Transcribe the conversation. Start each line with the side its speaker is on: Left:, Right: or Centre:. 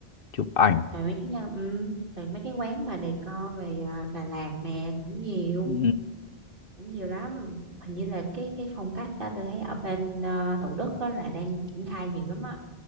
Left: chụp ảnh
Right: rồi mấy cái ừ. rồi mấy cái quán mà decor về à, Đà Lạt nè cũng nhiều
Left: ừ.
Right: cũng nhiều lắm hình như là cái cái phong cách đó tôi thấy ở bên à, Thủ Đức đó là đang triển khai nhiều lắm á